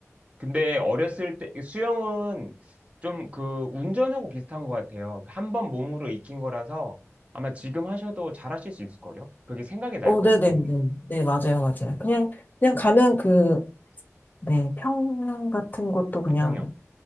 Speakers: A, on the right; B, on the left.
A: 근데 어렸을 때, 수영은 좀 그 운전하고 비슷한 것 같아요. 한 번 몸으로 익힌 거라서 아마 지금 하셔도 잘하실 수 있을걸요? 그게 생각이 날
B: 어,
A: 거예요,
B: 네네네.
A: 몸이.
B: 네, 맞아요, 맞아요. 그냥, 그냥 가면 그, 네, 평양 같은 것도 그냥
A: 평형.